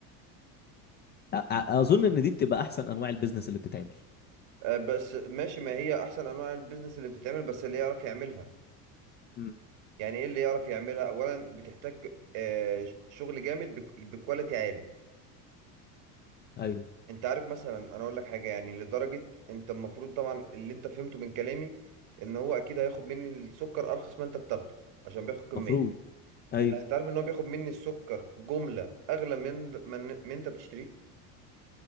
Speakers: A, on the left; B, on the right.
A: أ... أ- اظن ان دي بتبقى احسن انواع البيزنس اللي بتتعمل
B: بس ماشي ما هي احسن انواع البيزنس اللي بتتعمل بس اللي يعرف يعملها
A: امم
B: يعني ايه اللي يعرف يعملها اولا بتحتاج آه، شغل جامد بك- بكواليتي عالي
A: ايوه
B: انت عارف مثلا انا اقول لك حاجه يعني لدرجه انت المفروض طبعا اللي انت فهمته من كلامي ان هو اكيد هياخد مني السكر ارخص ما انت بتاخده عشان بياخد كميه
A: مفروض ايوه
B: لا انت عارف ان هو بياخد مني السكر جمله اغلى من من, من انت بتشتريه